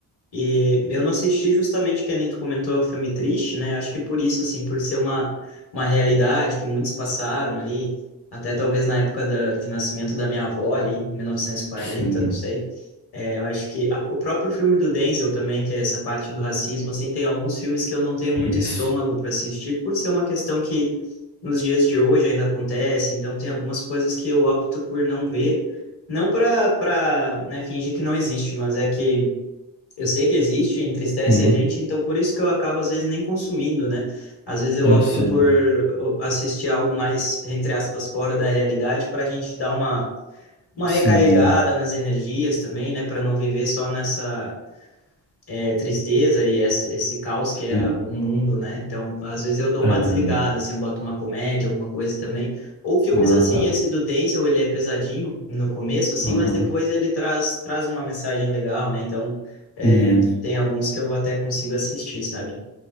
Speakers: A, on the left (about 55°); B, on the left (about 85°).
A: E eu não assisti justamente, que nem tu comentou, é um filme triste, né? Acho que por isso, assim, por ser uma, uma realidade que muitos passaram ali, até talvez na época da, de nascimento da minha avó ali, em 1940,
B: Sim.
A: não sei. É, eu acho que a- o próprio filme do Denzel também, que é essa parte do racismo, assim, tem alguns filmes que eu não tenho muito estômago
B: Isso.
A: para assistir, por ser uma questão que nos dias de hoje ainda acontece, então tem algumas coisas que eu opto por não ver, não para para, né, fingir que não existe, mas é que eu sei que existe, entristece
B: Sim,
A: a gente, então por isso que eu acabo às vezes nem consumindo, né? Às vezes eu
B: eu
A: opto
B: sei.
A: por o- assistir algo mais, entre aspas, fora da realidade para a gente dar uma, uma
B: Sim,
A: recarregada nas energias também, né? Para não viver só nessa é, tristeza e esse, esse caos que é
B: sim.
A: o mundo, né? Então, às vezes eu dou
B: É.
A: uma desligada, assim, eu boto uma comédia, alguma coisa também. Ou filmes
B: Ah,
A: assim,
B: tá.
A: esse do Denzel, ele é pesadinho no começo, assim,
B: Uhum.
A: mas depois ele traz, traz uma mensagem legal, né? Então, é,
B: E
A: tem alguns que eu até consigo assistir, sabe?